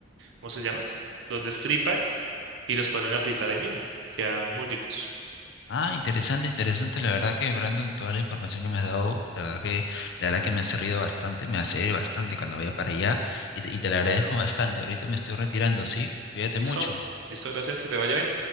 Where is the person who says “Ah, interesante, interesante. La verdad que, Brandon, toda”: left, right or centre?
Left